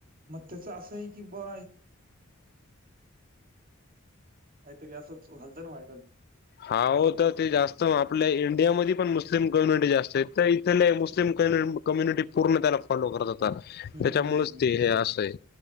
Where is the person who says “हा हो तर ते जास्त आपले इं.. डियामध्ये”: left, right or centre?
Left